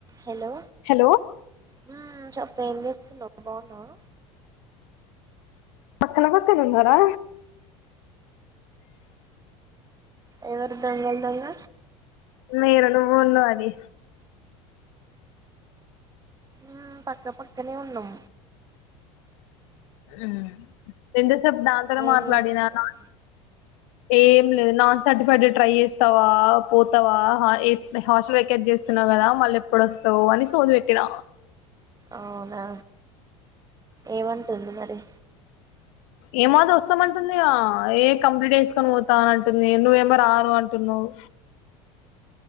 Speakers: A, on the right; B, on the left.
A: Hello
B: hello
A: హు చెప్ ఏం చేస్తు నవ్ బన్నావ
B: పక్కన పక్కన ఉన్నారా
A: ఎవరు దొంగలు దొంగ
B: మీరనుబోలొ అది
A: హమ్ పక్క పక్కనే ఉన్నం
B: హమ్ ఎంత సే చెప్పు దాంతోనే
A: ఏం
B: మాట్లాడిన
A: చేస్తున్నావ్
B: దాన్ ఏం లేదు నాన్ సర్టిఫైడ్ ట్రై చేస్తావా పోతావా ఆ హాస్టల్ వెకేట్ చేస్తున్నావు కదా మళ్ళీ ఎప్పుడొస్తావ్ అని సోది పెట్టిన
A: అవునా ఏమంటుంది మరి
B: ఏమాది వస్తామంటుంది ఏ కంప్లీట్ వేసుకొని పోతా అని అంటుంది నువ్వేమో రారు అంటున్నావ్